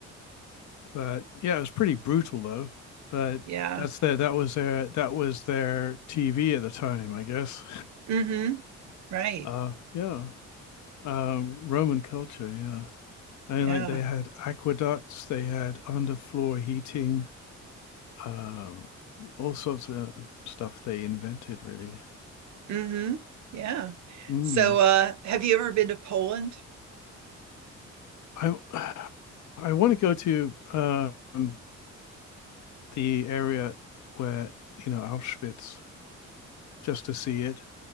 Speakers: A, on the left; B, on the right.
A: but yeah, it was pretty brutal though. But
B: Yeah.
A: that's their that was their that was their TV at the time, I guess.
B: hmm Right.
A: <laughs> uh, yeah, um, Roman culture. Yeah. And
B: Yeah.
A: like they had aqueducts, they had underfloor heating, um, all sorts of stuff they invented. Really,
B: hmm Yeah.
A: mm.
B: So, uh, have you ever been to Poland?
A: I I want to go to um, the area where you know Auschwitz just to see it